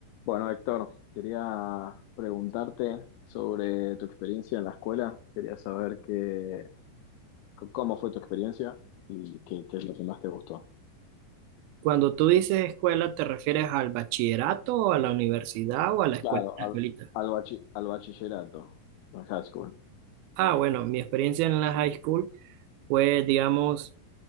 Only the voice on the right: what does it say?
Cuando tú dices escuela, ¿te refieres al bachillerato o a la universidad o a la escuela,
la
escuelita?
Ah, bueno, mi experiencia en la high school fue, digamos,